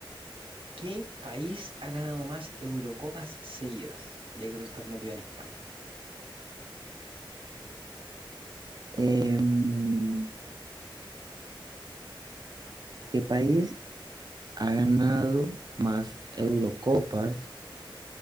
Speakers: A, on the right (about 80°); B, on the right (about 50°).
A: ¿Qué país ha ganado más Eurocopas seguidas? Ya que tú estás metido en España.
B: Em, ¿qué país ha ganado más Eurocopas?